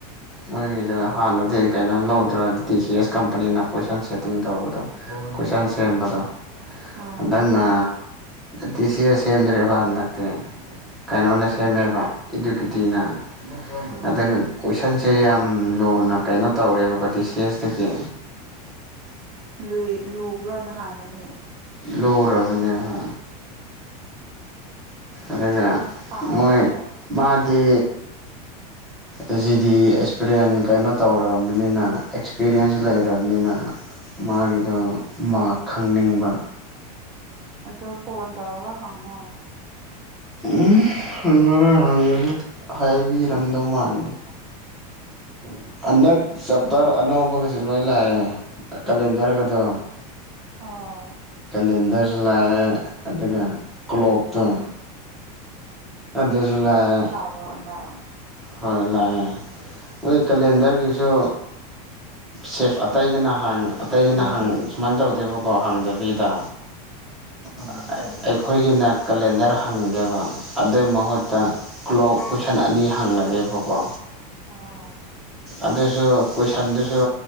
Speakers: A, in the centre; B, on the right.
A: ꯃꯣꯏꯒꯤꯖꯨ ꯍꯥꯟꯅꯗꯤ ꯀꯩꯅꯣ ꯂꯧꯗ꯭ꯔꯣ ꯇꯤ ꯁꯤ ꯑꯦꯁ ꯀꯝ ꯄꯅꯤꯅ ꯀꯣꯏꯁꯟ ꯁꯦꯠꯇꯤꯡ ꯇꯧꯕꯗꯣ ꯀꯣꯏꯁꯟ ꯁꯦꯝꯕꯗꯣ
B: ꯑꯥ
A: ꯍꯟꯗꯛꯅ ꯗꯤ ꯁꯤ ꯑꯦꯁ ꯁꯦꯝꯗ꯭ꯔꯦꯕ ꯍꯟꯗꯛꯇꯤ ꯀꯩꯅꯣꯅ
B: ꯎꯝ
A: ꯁꯦꯝꯃꯦꯕ ꯏꯗꯨꯀꯦꯇꯤꯅ
B: ꯑꯥ
A: ꯑꯗꯨꯒ ꯀꯣꯏꯁꯟ ꯁꯦ ꯌꯥꯝ ꯂꯨꯅ ꯀꯩꯅꯣ ꯇꯧꯔꯦꯕꯀꯣ ꯇꯤ ꯁꯤ ꯑꯦꯁꯇꯒꯤ
B: ꯂꯨꯏ ꯂꯨꯕ꯭ꯔꯣ ꯅꯍꯥꯟꯅꯒꯤ
A: ꯂꯣꯔꯕꯅꯦ ꯍꯣ ꯑꯗꯒ
B: ꯅꯪ ꯊꯥꯕ꯭ꯔꯣ
A: ꯃꯣꯏ
B: ꯍꯟꯗꯛ
A: ꯃꯥꯗꯤ ꯑꯦꯖꯤꯗꯤ ꯑꯦꯛꯁꯄꯔꯤꯌꯦꯟ ꯀꯩꯅꯣ ꯇꯧꯔꯕꯅꯤꯅ ꯑꯦꯛꯁꯄꯤꯔꯤꯌꯦꯟꯁ ꯂꯩꯔꯕꯅꯤꯅ ꯃꯥꯒꯤꯗꯣ ꯃꯥꯛ ꯈꯪꯅꯤꯡꯕ
B: ꯑꯗꯣ ꯐꯣꯟ ꯇꯧꯔꯒ ꯍꯪꯉꯣ
A: ꯎꯝ ꯍꯪꯉꯔꯣꯏ ꯍꯪꯉꯁꯨ ꯍꯥꯏꯕꯤꯔꯝꯗꯧ ꯃꯥꯥꯟꯗꯦ
B: <inaudible>
A: ꯍꯟꯗꯛ ꯆꯞꯇꯔ ꯑꯅꯧꯕꯒꯁꯦ ꯂꯣꯏ ꯂꯥꯛꯑꯦ ꯀꯦꯂꯦꯟꯗꯔꯒꯗꯣ
B: ꯑꯥ
A: ꯀꯂꯦꯟꯗꯔꯁꯨ ꯂꯥꯛꯑꯦ ꯑꯗꯨꯒ꯫ ꯀ꯭ꯂꯣꯛꯇꯣ ꯑꯗꯨꯁꯨ ꯂꯥꯑꯦ꯫
B: ꯕ꯭ꯔꯣꯟꯗ꯫
A: ꯍꯣꯏ ꯂꯥꯑꯦ ꯃꯣꯏ ꯀꯂꯦꯟꯗꯔꯒꯤꯁꯨ꯫ ꯁꯦꯐ ꯑꯇꯩꯗꯅ ꯍꯥꯡ ꯑꯇꯩꯗꯅ ꯍꯪ ꯁꯨꯃꯥꯏꯟ ꯇꯧꯗꯦꯕꯀꯣ ꯍꯥꯡꯗꯕꯤꯗ꯫
B: ꯑꯥ
A: <unintelligible> ꯑꯈꯣꯏꯒꯤꯅ ꯀꯂꯦꯟꯗꯔ ꯍꯪꯒꯦꯕ ꯑꯗꯨꯏ ꯃꯍꯨꯠꯇ ꯀ꯭ꯂꯣꯞ ꯀꯨꯁ ꯁꯟ ꯑꯅꯤ ꯍꯪꯂꯖꯦꯕꯀꯣ
B: ꯑꯣ..
A: ꯑꯗꯨꯁꯨ ꯀꯣꯏꯁꯟꯗꯨꯁꯨ